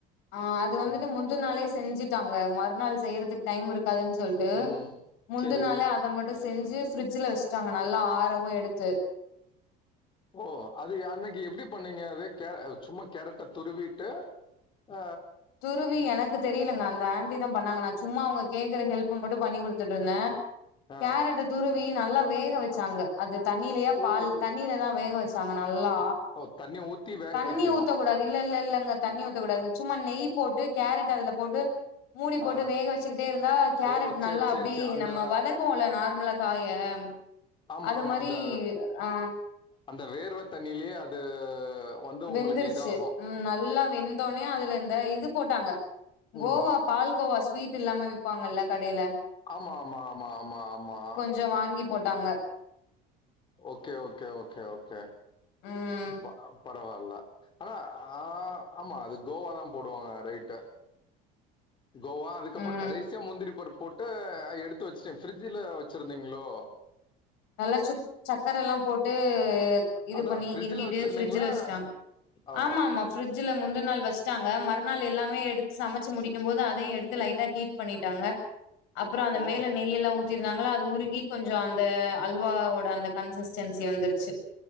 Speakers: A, on the left; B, on the left.
A: ஆ அது வந்துட்டு
B: ஆமா.
A: முந்துன நாளே செஞ்சுட்டாங்க மறுநாள் செய்யறதுக்கு டைம் இருக்காதுன்னு சொல்லி ட்டு
B: ம்.
A: முந்தன்
B: சரி.
A: நாளே அத மட்டு செஞ்சு பிரிட்ஜில வச்சுட்டாங்க நல்லா ஆறவு எடுத்து
B: ஓ அது அன்னைக்கு எப்டி பண்ணீங்க அது கே சும்மா கேரட்ட துருவிட்டு ஆ
A: துருவி என க்கு தெரியலுங்க அந்த ஆண்டி தா பண்ணாங்க நா சும்மா அவங்க கேக்குற ஹெல்ப் மட்டு பண்ணி குடுத்துட்டு இருந்தே
B: ஆ
A: கேரட்ட துருவி நல்லா வேக வெச்சாங்க அது தண்ணிலேயா
B: ஓ
A: பால் தண்ணிலதா வேக வச் சாங்க நல்லா
B: ஓ தண்ணி ஊத்தி வேக
A: தண்ணி
B: வைக்கணு
A: ஊத்தக்கூடாது இல்ல இல்ல இல்லங்க தண்ணி ஊத்தக்கூடாது சும்மா நெய் போட்டு கேரட் அதுல போட்டு மூடி போட்டு
B: ஆ
A: வேக வச்சுக்கிட்டே இருந்தா கேரட்
B: ஓ சேரி
A: நல்லா
B: சேரி
A: அப்டி
B: சேரி அந்த
A: நம்ம வதக்குவோம்ல நார்மலா காய
B: ஆமா
A: அது
B: ஆமா
A: மாரி
B: அந்த
A: அ
B: அந்த வேர்வ தண்ணியிலேயே அது வந்து
A: வெந்துருச்சு
B: உங்களுக்கு இதாகு
A: உம் நல்லா வெந்தோனே அதுல இந்த இது போட்டாங்க
B: ம்
A: கோவா பால் கோவா ஸ்வீட் இல்லாம விப்பாங்கல்ல கடையில
B: ஆமா ஆமா ஆமா ஆமா ஆமா
A: கொஞ்ச வாங்கி போட்டாங்க
B: ஓக்கே ஓக்கே ஓக்கே ஓக்கே
A: ம்
B: பா பரவால்ல ஆனா ஆ ஆமா அது கோவா தா போடுவாங்க ரைட்டு கோவா அதுக்கப்புற
A: ம்
B: கடைசியா முந்திரி பருப்பு போட்டு எடுத்து வச்சுட்டே பிரிட்ஜில வச்சிருந்தீங்களோ
A: நல்லா சுக் சக்கர எல்லா போட்டு இது
B: அதா
A: பண்ணி
B: ஃப்ரிட்ஜில
A: கிண்டிட்டு
B: வச்சிருந்தீங்களா
A: ஃபிரிட்ஜில வச்சுட்டாங்க
B: ஓ
A: ஆமா ஆமா ஃப்ரிட்ஜில முந்த நாள் வச்சுட்டாங்க மறுநாள் எல்லாமே எடுத்து சமைச்சு முடிக்கு போது அதையு எடுத்து லைட்டா ஹீட் பண்ணிட்டாங்க அப்புற அந்த
B: ஓ
A: மேல நெய் எல்லா ஊத்திருந்தாங்கள அது உருகி கொஞ்சு அந்த அல்வாவோட அந்த கன்சஸ்டன்சி வந்துருச்சு